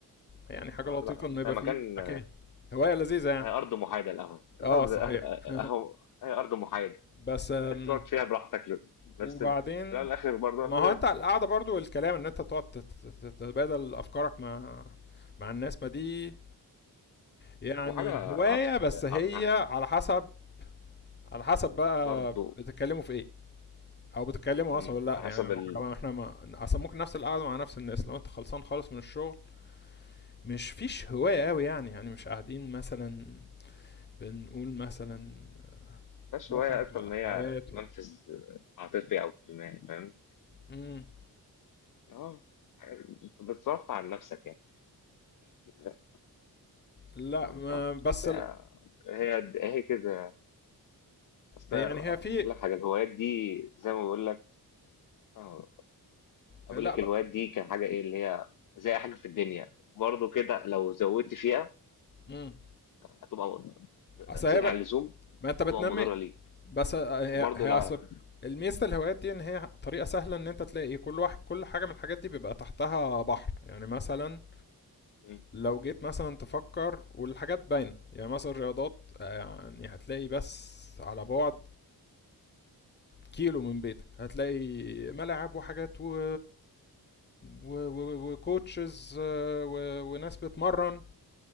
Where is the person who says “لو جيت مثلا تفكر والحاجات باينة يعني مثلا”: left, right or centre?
Left